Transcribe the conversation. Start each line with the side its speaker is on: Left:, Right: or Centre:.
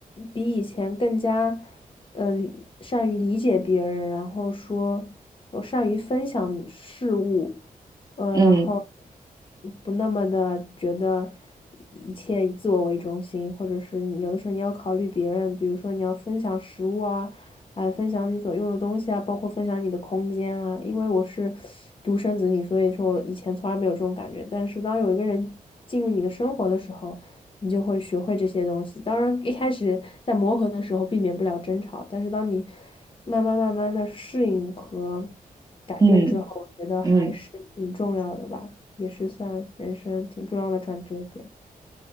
Left: 比以前更加呃理善于理解别人，然后说我善于分享事物，呃，
Right: 嗯
Left: 然后不那么的觉得一切以自我为中心，或者是你有的时候你要考虑别人，比如说你要分享食物啊，哎，分享你所用的东西啊，包括分享你的空间啊。因为我是独生子女，所以说我以前从来没有这种感觉，但是当有一个人进入你的生活的时候，你就会学会这些东西。当然，一开始在磨合的时候避免不了争吵，但是当你慢慢慢慢的适应和改变之后，
Right: 嗯
Left: 我觉得还是挺重要的吧，
Right: 嗯
Left: 也是算人生挺重要的转折点。